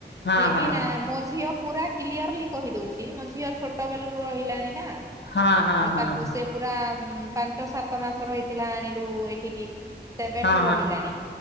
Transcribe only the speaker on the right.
ଲେକିନ
ମୋ ଝିଅ ପୁରା କ୍ଲିଅରଲି କହିଦଉଛି ମୋ ଝିଅ ଛୋଟ ବେଳୁ ରୁ ରହିଲାଣି ନା
ଆ
ତାକୁ
ସେ ପୁରା ପାଞ୍ଚ ସାତ ମାସର ହେଇଥିଲା ଆଣିଲୁ ଏଠିକି। ସେବେଠୁ
ରହିଲାଣି